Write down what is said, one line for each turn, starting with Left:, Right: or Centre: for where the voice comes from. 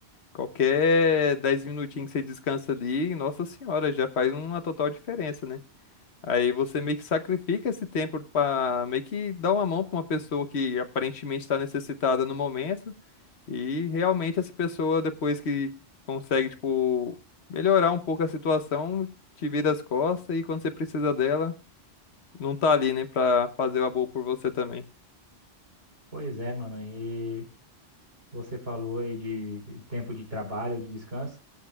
Left: Qualquer 10 minutinhos que você descansa ali, nossa senhora, já faz uma total diferença, né? Aí você meio que sacrifica esse tempo para meio que dar uma mão para uma pessoa que aparentemente está necessitada no momento e realmente essa pessoa depois que consegue tipo melhorar um pouco a situação, te vira as costas e quando você precisa dela, não tá ali, né, para fazer o amor por você também.
Right: Pois é, mano. E Você falou aí de tempo de trabalho ou de descanso.